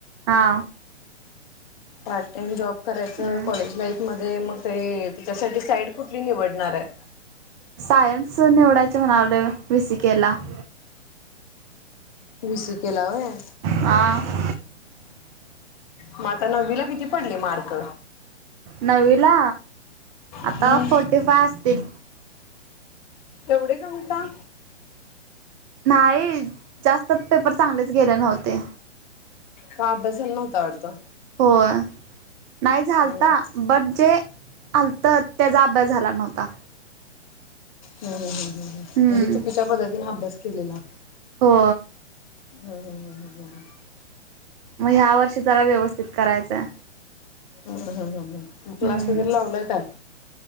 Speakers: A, on the right (about 25°); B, on the left (about 40°).
A: हा.
B: पार्ट टाइम जॉब करायच.
A: हम्म.
B: कॉलेज लाईफ -- मध्ये मग ते तिच्यासाठी साईड कुठली निवडणार आहे?
A: सायन्स निवडायचं म्हणालोय बी सी के ला -
B: बी सी के ला होय?
A: हां?
B: मग आता नववी ला किती पडले मार्क?
A: नववीला आता
B: हम्म
A: फोर्टी फाय असतील.
B: एवढे कमी का?
A: नाहीय जास्त पेपर चांगलेच गेले नव्हते
B: का अभ्यास झाल नव्हता वाडत.
A: होय. नाही झालता.
B: हम्म
A: बट जे आलत त्याचा अभ्यास झाला नव्हता.
B: हम्म हम्म ह
A: हम्म
B: म्हणजे चुकीच्या पद्धतीन अभ्यास केलेला.
A: हो.
B: हम् हम हम हम
A: मग ह्या वर्षी जरा व्यवस्थित करायचंय.
B: ह ह ह ह मग
A: हम्म
B: क्लास वगैरे लावलाय काय?